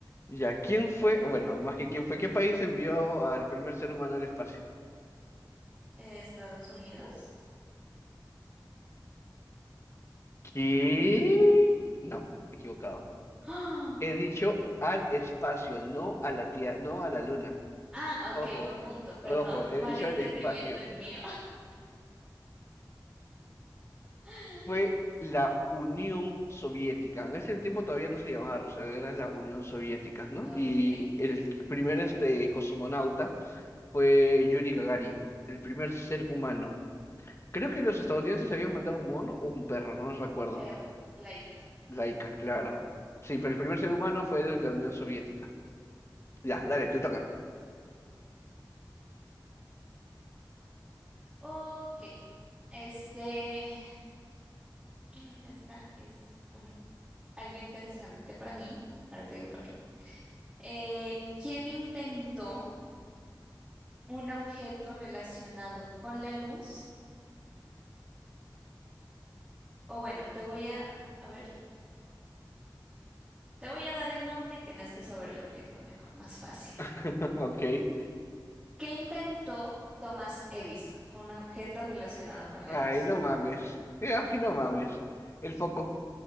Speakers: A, on the left; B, in the centre.
A: Ya, ¿quién fue? Bueno, más que quién fue, ¿qué país envió al primer ser humano al espacio?
B: Eh, Estados Unidos.
A: ¿Qué? No, equivocado.
B: ¡Ah!
A: He dicho al espacio, no a la tierra, no a la luna.
B: Ah, ok,
A: Ojo,
B: buen punto, perdón,
A: ojo, he
B: malentendimiento
A: dicho al espacio.
B: el mío. <laughs>
A: Fue la Unión Soviética. En ese tiempo todavía no se llamaba Rusia, era la Unión Soviética, ¿no?
B: Ok,
A: Y el primer este cosmonauta fue Yuri Gagarin, el primer ser humano. Creo que los estadounidenses habían mandado un mono o un perro, no recuerdo.
B: un perro, laica.
A: Laica, claro. Sí, pero el primer ser humano fue de la Unión Soviética. Ya, dale, te toca.
B: Ok, este, Mm, Esta es un- algo interesante para mí. Ahora te digo por qué. Eh, ¿quién inventó un objeto relacionado con la luz? O bueno, te voy a, a ver, te voy a dar el nombre y tienes que saber el objeto mejor, más fácil.
A: <laughs> Ok.
B: ¿Qué inventó Thomas Edison? Fue un objeto relacionado con
A: Ay,
B: la luz.
A: no mames. Ay, no mames. El foco.